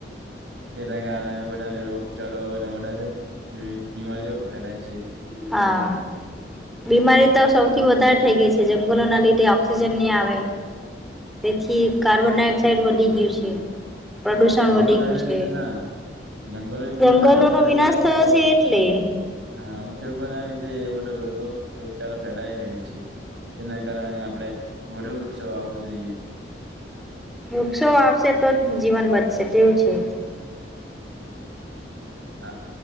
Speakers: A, on the right (about 80°); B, in the centre.
A: તેના કારણે બધાને રોગચાળો અને વધારે જેવી બીમારીઓ ફેલાય છે.
B: હા બીમારીઓ તો સૌથી વધારે થઈ ગઈ છે. જંગલો ના લીધે ઓક્સિજન ની આવે. તેથી કાર્બન ડાયોક્સાઈડ વધી ગયું છે, પ્રદુષણ
A: જંગલોના
B: વધી ગયું છે.
A: લીધે ના જંગલો લીધે
B: જંગલોનો
A: ના ઉદ્યોગો
B: વિનાશ
A: અ
B: થયો છે એટલે
A: હા ઉદ્યોગોના લીધે એ બધો રોગો રોગચાળો ફેલાઈ રહ્યો છે. તેના કારણે આપણેે વધુ વૃક્ષો વાવવો જોઈએ.
B: વૃક્ષો વાવશે તો જ જીવન બચશે તેવું છે.
A: હા